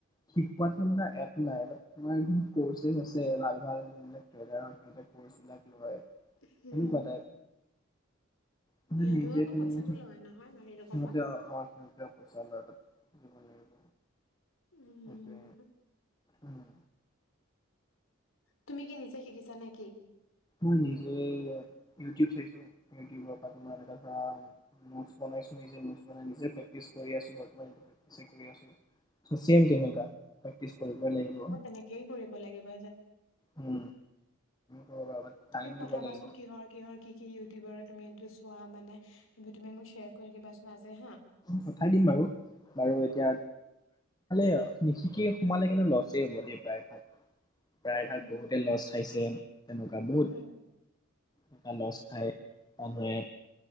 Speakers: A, on the left; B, on the left.
A: শিকোৱা টো মানে এপ নাই, তোমাৰ <unintelligible> বা এনেকুৱা <unintelligible> ক'ৰ্ছ বিলাক লয়
B: হম্।
A: সেনেকুৱা টাইপ কিন্তু
B: সিহঁতেও
A: নিজে
B: আকৌ
A: তুমি
B: পইছা টো
A: সি-
B: লয় নহয়। মাৰি
A: <unintelligible>
B: ৰকমত। উম্।
A: সেইটোৱে উম,
B: তুমি কি নিজে শিকিছা নেকি?
A: মই নিজেই ইউটিউব চাইছোঁ, ইউটিউবৰ পৰা <unintelligible> নোটছ বনাইছোঁ, নিজে নোটছ বনাই নিজে প্ৰেক্টিচ কৰি আছোঁ <unintelligible>
B: উম,
A: তেনেকা প্ৰেক্টিচ কৰিবই লাগিব
B: মই তেনেকেই কৰিব লাগিব
A: উম। কৰিবা বাট টাইম
B: তুমি
A: দিব
B: পথাবা
A: লাগিব
B: চোন, কিহৰ কিহৰ কি কি ইউটিউবৰ তুমি এইটো চোৱা মানে, এইবোৰ তুমি মোক শ্বেয়াৰ কৰি দিবাচোন আজি হা।
A: পঠাই দিম বাৰু, বাৰু এতিয়া <unintelligible> নিশিকি সোমালে কিন্তু, লছেই হ'ব দেই প্ৰায়। প্ৰায়ভাগ
B: উম, উম।
A: বহুতে লছ খাইছে। <inaudible> এনেকুৱা বহুত
B: উম,
A: <unintelligible> লছ খাই মানুহে